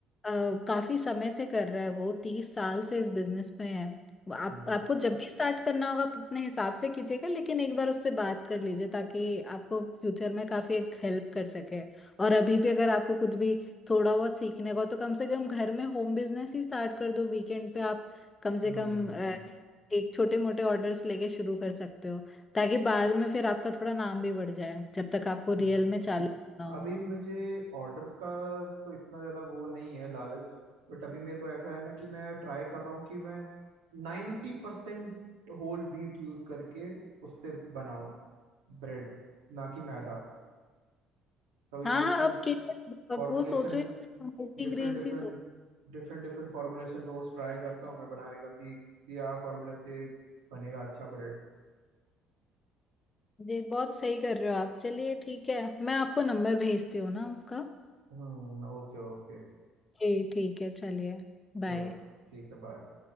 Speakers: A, on the left; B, on the right.
A: अ, काफी समय से कर रहा है वो तीस साल से इस बिजनेस में है वो आप
B: हम्म
A: आपको जब भी स्टार्ट करना होगा आप अपने हिसाब से कीजिएगा लेकिन एक बार उससे बात कर लीजिए ताकि आपको फ्यूचर में काफी एक हेल्प कर सके और अभी भी अगर आपको कुछ भी थोड़ा बहुत सीखने को तो कम से कम घर में होम बिजनेस ही स्टार्ट कर दो वीकेंड पे आप कम से
B: हम्म
A: कम एक छोटे मोटे ऑर्डर्स लेके शुरू कर सकते हो ताकि बाद में फिर आपका थोड़ा नाम भी बढ़ जाए जब तक आपको
B: हम्म,
A: रियल में चालू करना हो
B: अभी मुझे ऑर्डर्स का तो इतना ज़्यादा वो नहीं है लालच बट अभी मेरे को ऐसा है ना कि मैं ट्राई कर रहा हूँ कि मैं नाइन्टी परसेंट होल व्हीट यूज़ करके उससे बनाऊँ ब्रेड ना कि मैदा तभी
A: हाँ
B: वो उसमें
A: हाँ अब के
B: formulation
A: अब वो सोचो मल्टीग्रेन
B: different different
A: ही सोचो
B: different different formulation रोज़ ट्राई करता हूँ मैं बनाने का कि यार फॉर्मूले से बनेगा अच्छा ब्रेड
A: जी बहुत सही कर रहे हो आप चलिए ठीक है मैं आपको नंबर भेजती हूँ ना उसका
B: हम्म ओके ओके
A: जी ठीक है चलिए बाय
B: चलो ठीक है बाय